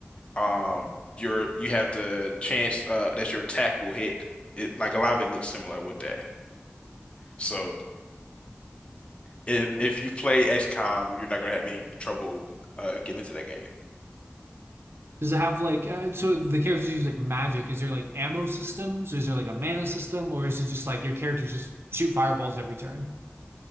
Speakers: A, on the left; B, on the right.
A: um you're you have the chance uh that your attack will hit. It like a lot of it looks similar with that. So if if you play XCOM, you're not gonna have any trouble uh getting into that game.
B: Does it have like uh, so the characters use like magic? Is there like ammo systems? Is there like a mana system, or is it just like your characters just shoot fireballs every turn?